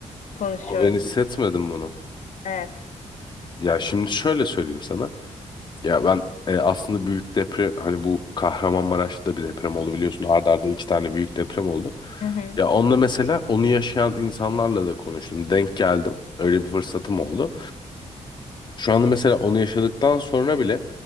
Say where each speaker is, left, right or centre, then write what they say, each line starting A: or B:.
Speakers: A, on the left; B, on the left.
A: konuşuyoruz.
B: Ama ben hissetmedim
A: bu-
B: bunu.
A: Evet.
B: Ya şimdi şöyle söyleyeyim sana. Ya ben e, aslında büyük deprem hani bu Kahramanmaraş'ta da bir deprem oldu biliyorsun. Arda arda iki tane büyük deprem oldu.
A: Hı hı.
B: Ya onunla mesela onu yaşayan insanlarla da konuştum. Denk geldim. Öyle bir fırsatım oldu. Şu anda mesela onu yaşadıktan sonra bile